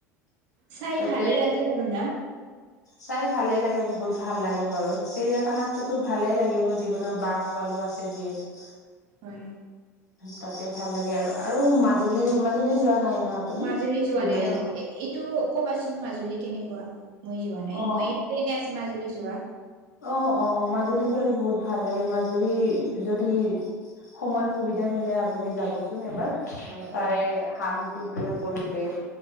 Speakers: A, on the right; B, on the left.
A: চাই
B: তাতে
A: ভালে লাগে আৰু না।
B: চাই ভালে লাগে বহুত। বহুত ভাল লাগে বাৰু চিৰিয়াখানাটোতো ভালে লাগিব যিকোনো বাঘ ভালুক আছে যিহেতু।
A: হয়।
B: তাতে ভাল লাগে আৰু আৰু মাজুলী মাজুলী যোৱা নাই ন আপুনি
A: মাজুলী যোৱা
B: উজনিত
A: নাই অ এইটো কবাচ মাজুলী কেনেকুৱা মই যোৱা নাই
B: অ
A: মই প্লেনে আছে মাজুলী যোৱা।
B: অ অ মাজুলী গলে বহুত ভাল লাগে মাজুলী যদি সময় সুবিধা মিলে আপুনি যাবচোন এবাৰ।
A: হয়
B: তাৰে
A: হয়
B: শান্তি প্ৰিয় পৰিৱেশ।